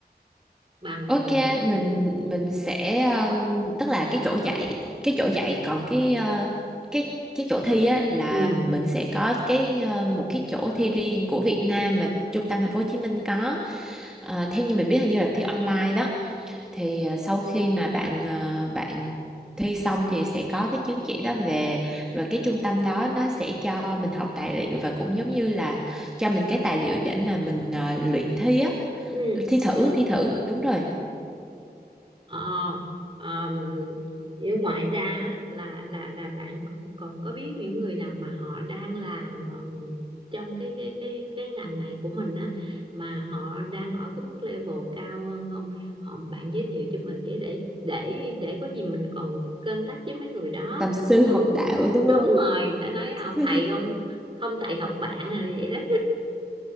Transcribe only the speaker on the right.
bằng mà
mình có
thể
ừ
ừ
Ờ, ờm, nếu ngoài ra á, là là là bạn còn có biết những người nào mà họ đang làm ờ, trong cái cái cái cái ngành này của mình á mà họ đang ở cái mức level cao hơn không? Họ bạn giới thiệu cho mình với để để để có gì mình còn contact với mấy người đó.
Ừ
đúng
rồi, ta nói học
thầy không không thầy học bạn rồi vậy đó.